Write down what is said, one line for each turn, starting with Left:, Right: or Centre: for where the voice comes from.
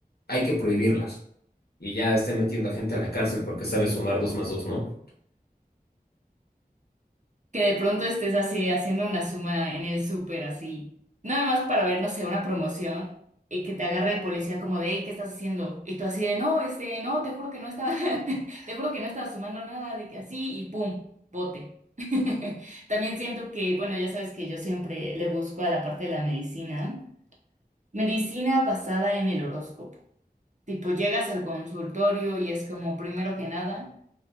Left: hay que prohibirlas. Y ya estén metiendo a gente a la cárcel porque sabe sumar dos más dos, ¿no?
Right: que de pronto estés así haciendo una suma en el súper así, nada más para ver, no sé, una promoción y que te agarre el policía como de, hey, ¿qué estás haciendo? Y tú así de, no, este, no, te juro que no estaba, <laughs> te juro que no estaba sumando nada, de que así y pum, bote. <laughs> También siento que, bueno, ya sabes que yo siempre le busco a la parte de la medicina, medicina basada en el horóscopo. Tipo, llegas al consultorio y es como, primero que nada,